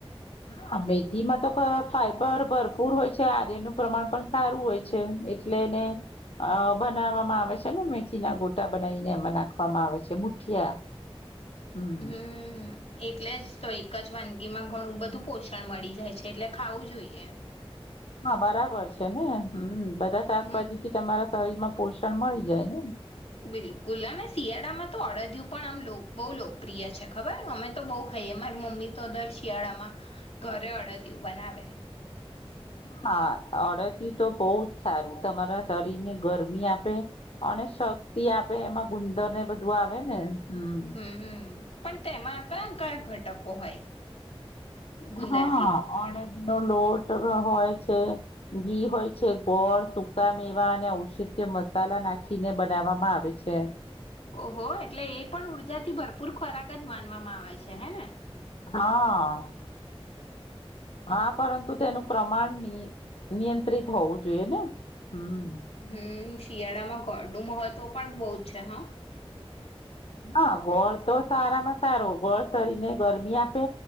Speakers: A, on the left; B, on the left.
A: હા મેથીમાં તો ક-ફાઈબર ભરપૂર હોય છે આર્યનું પ્રમાણ પણ સારું હોય છે એટલે એને અહ બનાવવામાં આવે છે ને મેથી ના ગોટા બનાવીને એમાં નાખવામાં આવે છે મુઠિયા. હમ
B: હમ્મ. એટલે જ તો એક જ વાનગી માં ઘણું બધું પોષણ મળી જાય છે એટલે ખાવું જોઈએ.
A: હા બરાબર છે ને. હમ્મ બધા શાકભાજી
B: હમ
A: તમારા શરીર માં પોષણ મળી જાય ને?
B: બિલકુલ અને શિયાળામાં તો અડદિયું પણ આમ બહુ લોકપ્રિય છે ખબર અમે તો બહુ ખાઈએ મારી મમ્મી તો દર શિયાળામાં ઘરે અડદિયું બનાવે.
A: હા અડદયું તો બહુ જ સારું તમારા શરીર ને ગરમી આપે અને શક્તિ આપે એમાં ગુંદર ને બધું આવે ને? હમ
B: હમ્મ. પણ તેમાં કયા કયા ઘટકો હોય? ગુંદર
A: હા
B: સિવાય
A: એનો લોટ હોય છે ઘી હોય છે ગોળ સુકા મેવા અને ઔષધ્ય મસાલા નાખીને બનાવામાં આવે છે,
B: ઓહો એટલે એ પણ ઉર્જા થી ભરપૂર ખોરાક જ માન આવે છે હે ને
A: હા હા પરંતુ તેનું પ્રમાણ નિયંત્રિત હોવું જોઈએ ને હમ
B: હમ્મ શિયાળામાં કો હું મહત્વ પણ બહુ જ છે હા
A: હા, ગોળ તો સારામાં સારો ગોળ શરીને ગરમી આપે